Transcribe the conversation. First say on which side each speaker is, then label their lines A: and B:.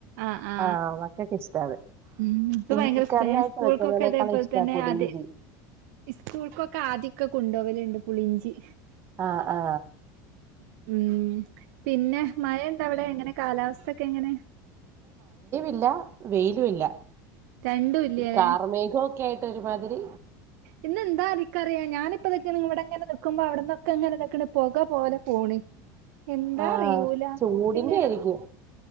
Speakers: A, on the right; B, on the right.
A: ആ ആ
B: ആഹ് മക്കൾക്ക് ഇഷ്ടാ അത്
A: ഉം ഇക്ക്
B: ഇഞ്ചിക്കറിയായിട്ട്
A: ഭയങ്കര ഇഷ്ട ഞാൻ സ്കൂൾക്കൊക്കെ
B: വെക്കുന്നതിനേക്കാളും
A: അതേപോലെ
B: ഇഷ്ടാ
A: തന്നെ
B: പുളിയിഞ്ചി
A: അത് സ്കൂൾക്കൊക്കെ ആദ്യൊക്കെ കൊണ്ടുവല്ണ്ട് പുളിഞ്ചി
B: ആ ആ
A: ഉം പിന്നെ മഴ എന്താ അവിടെ എങ്ങനെ കാലാവസ്ഥ ഒക്കെ എങ്ങനെ
B: ല്ല വെയിലുല്ല
A: രണ്ടും ഇല്ലേല്ലേ
B: കാർമേഘം ഒക്കെ ആയിട്ട് ഒരുമാതിരി
A: ഇന്നെന്താ ഇക്കറിയ ഞാനിപ്പ ഇവിടെ ഇങ്ങനെ നിക്കുമ്പോ അവിടെന്നൊക്കെ അങ്ങനെ പൊക പോലെ പോണ് എന്താ
B: ആ
A: അറിയൂല
B: ചൂടിന്റെ
A: ഇതിങ്ങനെ
B: ആയിരിക്കും